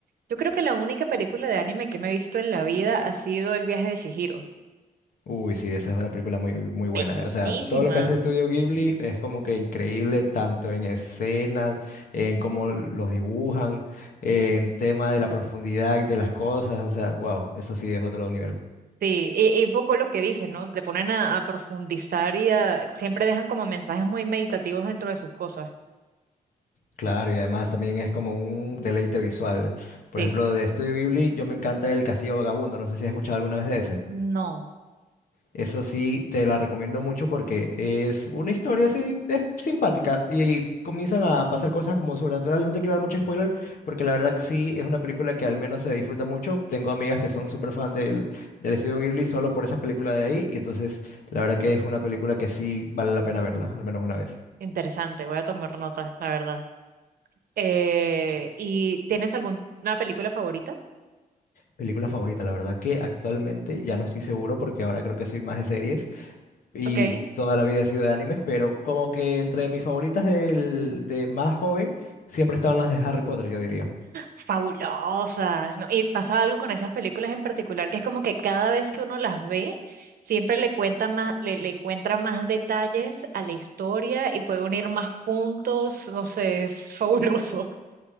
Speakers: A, on the right; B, on the left.
A: Yo creo que la única película de anime que me he visto en la vida ha sido El viaje de Chihiro.
B: Uy, sí, esa es una película muy, muy buena.
A: Bellísima.
B: O sea, todo lo que hace Estudio Ghibli es como que increíble, tanto en escenas, en cómo los dibujan, en tema de la profundidad de las cosas. O sea, wow, eso sí es otro nivel.
A: Sí, y, y un poco lo que dices, ¿no? Le ponen a, a profundizar y a- siempre dejan como mensajes muy meditativos dentro de sus cosas.
B: Claro, y además también es como un deleite visual. Por
A: Sí,
B: ejemplo, de Estudio Ghibli, yo me encanta el Castillo Vagabundo. No sé si has escuchado alguna vez de ese.
A: no,
B: Eso sí, te la recomiendo mucho porque es una historia así, es simpática y comienzan a pasar cosas como sobrenaturales. No te quiero dar mucho spoiler porque la verdad que sí, es una película que al menos se disfruta mucho. Tengo amigas que son súper fan del, del estudio Ghibli solo por esa película de ahí y entonces la verdad que es una película que sí vale la pena verla, al menos una vez.
A: interesante, voy a tomar nota, la verdad. Eh, ¿y tienes alguna película favorita?
B: Película favorita, la verdad que actualmente ya no estoy seguro porque ahora creo que soy más de series, y
A: Ok.
B: toda la vida he sido de animes, pero como que entre mis favoritas del- de más joven siempre estaban las de Harry Potter, yo diría.
A: Fabulosas, ¿no? Y pasa algo con esas películas en particular, que es como que cada vez que uno las ve, siempre le cuenta más, le, le encuentra más detalles a la historia y puede unir más puntos, no sé, es fabuloso. <laughs>